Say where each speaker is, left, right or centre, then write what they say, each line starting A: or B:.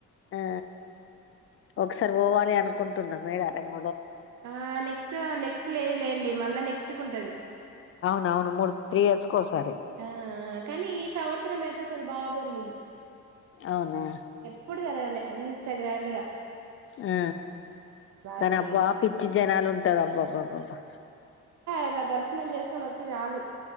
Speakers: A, on the left; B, on the right.
A: ఆ ఒకసారి పోవాలి అనుకుంటున్నా మేడ రంగ
B: ఆ నెక్స్ట్ నెక్స్ట్ లేదు లేండి ళ్ల్ నెక్స్ట్ కుంటది
A: అవును మూడు త్రీ ఇయర్స్ కోసారి
B: ఆ కానీ ఈ సంవత్సరం అయితే అసలు బాగా జరిగింది
A: అవునా
B: ఎప్పుడు తరాలలే అంత అంతే గ్రాండ్ గా
A: ఆ
B: బాగా
A: కానీ
B: జరిగింది
A: అబ్బ ఆ
B: ఈసారి
A: పిచ్చి జనాలు ఉంటారు అబ్బా అబ్బా అబ్బాబ్బా
B: ఇద దర్శనం చేసుకొని వస్తే చాలు